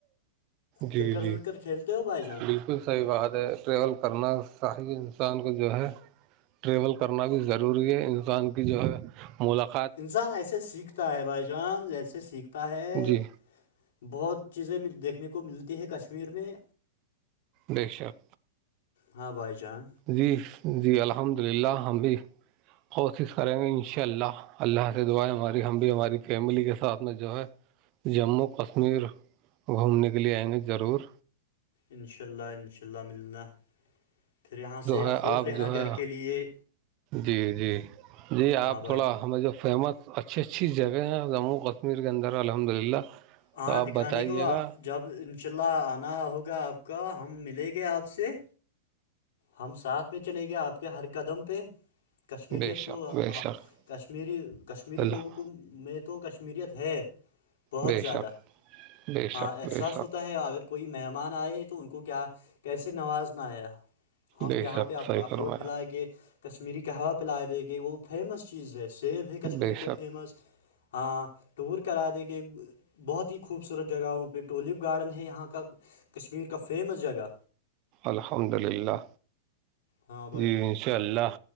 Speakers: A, on the right; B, on the left.
A: جی
B: کرکٹ
A: جی
B: ورکٹ کھیلتے ہو بھائی جان
A: بالکل صحیح بات ہے ٹریول کرنا صحی انسان کو جو ہے ٹریول کرنا بھی ضروری ہے انسان کی جو ہے ملاقات
B: انسان ایسے سیکھتا ہے بھائی جان جیسے سیکھتا ہے
A: جی
B: بہت چیزیں دیکھنے کو ملتی ہے کشمیر میں
A: بے شک
B: ہاں بھائی جان
A: جی جی الحمد للہ ہم بھی کوشش کریں گے ان شاء اللہ اللہ سے دعائیں ہماری ہم بھی ہماری فیملی کے ساتھ میں جو ہے جموں کشمیر گھومنے کے لیے آئیں گے ضرور
B: انشاء اللہ انشاء اللہ ملنلہ پھر یہاں
A: جو
B: سے اخروٹ
A: ہے آپ
B: لینا
A: جو
B: گھر
A: ہے
B: کے لے
A: جی جی جی
B: ہاں
A: آپ
B: بھائی
A: تھوڑا
B: جان،
A: ہمیں جو فیمس اچھی اچھی جگہیں ہیں جموں کشمیر کے اندر الحمد للہ
B: ہاں
A: تو آپ
B: دکھانے
A: بتائیے
B: کو
A: گا
B: جب انشاء اللہ آنا ہوگا آپ کا ہم ملیں گے آپ سے ہم ساتھ میں چلے گئے آپ کے ہر قدم پہ کشمیریت
A: بے
B: تو
A: شک بے شک
B: کشمیری کشمیری
A: اللہ
B: لوگوں کو میں کشمیریت ہے بہت
A: بے
B: زیادہ
A: شک بے شک
B: ہاں احساس
A: بے شک
B: ہوتا ہے اگر کوئی مہمان آئے تو ان کو کیا کیسے نوازنا آیا ہم
A: بے
B: یہاں
A: شک
B: پہ آپ
A: صحیح
B: کو اخروٹ
A: فرمایا
B: دلائیں گے کشمیری قوہ پ لائے دے گئے وہ فیمس چیز ہے سیب ہے کشمیر
A: بے
B: کے
A: شک
B: فیمس ہاں ٹور کرا دے کے بہت ہی خوبصورت جگہوں پہ ٹولپ گارڈن ہے یہاں کا کشمیر کا فیمس جگہ
A: الحمد للہ
B: ہاں بھائی
A: ج
B: جان
A: اک اللہ